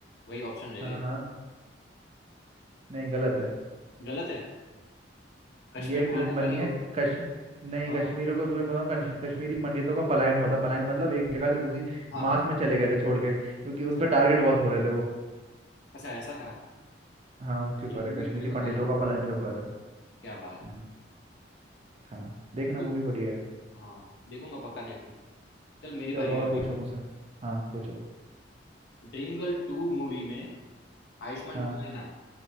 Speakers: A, on the left; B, on the right.
A: वही ऑप्शन ले
B: हाँ
A: ले
B: हाँ नहीं गलत है
A: गलत है कश्मीर
B: ये
A: में
B: फिल्म
A: आतंकवादी
B: बनी है
A: हो
B: कश नहीं
A: हाँ
B: कश्मीरों को तुम्हें पता हो कश- कश्मीरी पंडितों का पलायन हुआ था पलायन मतलब एक जगह से दूसरी
A: हाँ हाँ
B: मास में चले गए थे छोड़ के क्योंकि
A: अच्छा
B: उन पर टारगेट बहुत हो रहे थे वो
A: अच्छा ऐसा था
B: हाँ उसके ऊपर
A: ये मूवी
B: है कश्मीरी
A: मुझे पता
B: पंडितों
A: नहीं
B: का पलायन के ऊपर है
A: क्या बात
B: हम्म,
A: है
B: हाँ देखना
A: तो-
B: मूवी बढ़िया है
A: हाँ देखूंगा पक्का देखूंगा चल मेरी
B: चलो
A: बारी है
B: और पूछो
A: अभी
B: मुझसे हाँ पूछो
A: ड्रीम गर्ल टू मूवी में आयुष्मान
B: हाँ
A: खुराना